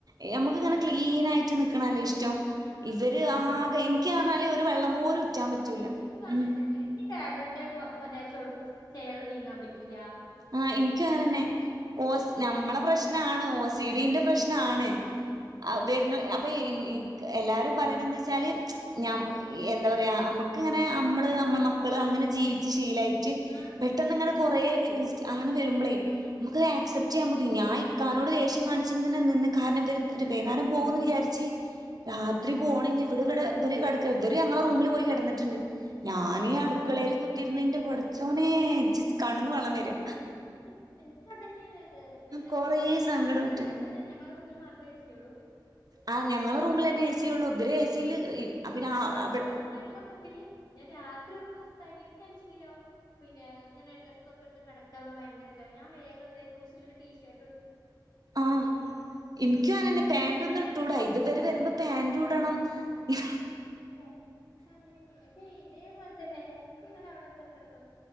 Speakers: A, on the right (about 55°); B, on the left (about 60°).
A: ഏഹ് അമുക്ക് ങ്ങനെ ക്ലീനായിട്ട് നിക്ക്ണല്ലെ ഇഷ്ടം.
B: ആഹ്
A: ഇവര് ആകെ
B: അതൊക്കെ
A: ഇൻക്യാന്നാല് ഒരു വെള്ളം പോലും ഉറ്റാം പറ്റൂല.
B: ൻക്കും അങ്ങൻതന്നെ.
A: ഉം
B: എനിക്ക് ടേബ്ൾന്റെ മൊ പിന്നെ ചോട്ട്ന്ന് ചെയറ് നീങ്ങാം പറ്റൂലാ.
A: ആഹ് ഇൻക്കും അങ്ങനെന്നെ. ഓസ് ഞമ്മളെ പ്രശ്നാണ്. ഓസിഡിന്റെ പ്രശ്നാണ്. ആ വെര്നൊ അപ്പൊ ഇൻ ഇക്ക് എല്ലാരും പറയണെന്നെച്ചാല് ഞാമ് എന്താ പറയാ അമ്മ ക്ക് ങ്ങനെ അമ്മള് അമ്മളെ മക്കള് അങ്ങനെ ജീവിച്ച് ശീലായി. റ്റ്.
B: ആഹ്
A: പെട്ടന്ന്ങ്ങനെ കൊറേ വി വിസ്റ്റ് അങ്ങനെ വരുമ്പളെ അമക്ക് ഏ ക്സെപ്റ്റെയ്യാ പുതി ഞാ ഇക്കനോട് ദേശ്യം കാൺച്ച് ങ്ങനെ നിന്ന് കാരണം വെര് ത്തെര് വൈന്നേരം പോവൂന്ന് വിചാരിച്ച് രാത്രി പോണില്ല വ്ടെ വെടെ വെര് കെടക്കാ. വെര് ഞങ്ങളെ റൂമില് പോയി കെടന്ന്ട്ട് ണ്ട്. ഞന്
B: ആഹ്
A: ഈ അട്ക്കളേല് കുത്തി ര്ന്ന്ന്റെ പട്ച്ചോനേ ഇൻച്ച് കണ്ണ്ന്ന് വള്ളം വെരാ.
B: ഇൻക്കി ഇൻക്ക് അതെന്നേണ്ത്. പിന്നെത്തെ
A: കൊറേ
B: അപ്പൊ ഞങ്ങ
A: സങ്കടപ്പെട്ട്
B: വ്ടെ ങ്ങെന്നെ. ഞങ്ങളെ റൂമില് മാത്രേ ഏ സി യൊള്ളു.
A: ആഹ് ഞങ്ങളെ റൂമിലെന്നെ ഏ സി യൊള്ളു. വെര് ഏ സീല് ഇ അപ്പ പിന്നെ
B: അതന്നെ
A: ആ
B: സംസ്കാരം
A: വ്ടെ
B: ഞങ്ങളെ റൂമില് ഞാ രാത്രി ഒന്ന് സ്വസ്ത്തായിട്ട് ഇൻക്യാണിച്ചങ്കിലൊ പിന്നെ ങ്ങനെ ഡ്രസ് ക്കെട്ട് കെടക്കാന്നൊക്കെ ഭയങ്കര തണ്. ഞാ വേഗം ന്തെയ്യും ലൂസ് ള്ളൊര് ടിഷേർട്ട്
A: ആഹ്. ഇൻക്കും
B: ത്രീ ഫോർത്തൊക്കെ
A: ആനന്നെ.
B: ആയിരിക്കും
A: പാന്റ് ഒന്നും ഇട്ടൂടാ. ഇത് വെര് വരുമ്പൊ പാന്റു ഇടണം. ഇ
B: ല്ലെ. അപ്പ അങ്ങനെ ന്നട്ടേ ഇതേപോൽ തന്നെ. ഒക്കെ ങ്ങട അ വ്ടെ കേർ കെടന്നൊ